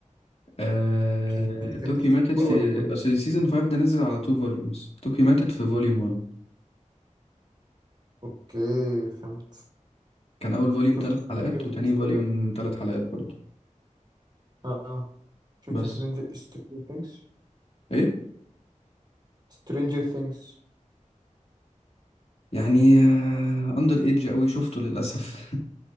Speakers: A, on the left; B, on the right.
A: آه...
B: يعني طوكيو كانت
A: توكي
B: ماتت
A: ماتت
B: في فور
A: في
B: ولا فايف؟
A: أصل سيزون 5 ده نزل على 2 فوليومز توكي ماتت في فوليوم 1
B: اوكي فهمت
A: كان اول فوليوم
B: شفت
A: 3
B: سترينجر
A: حلقات وتاني
B: ثينجز طيب؟
A: فوليوم 3 حلقات برضو
B: اه آه. شفت
A: بس
B: سترينجر سترينجر ثينجز
A: ايه
B: سترينجر ثينجز
A: يعني اندر ايدج قوي شفته للاسف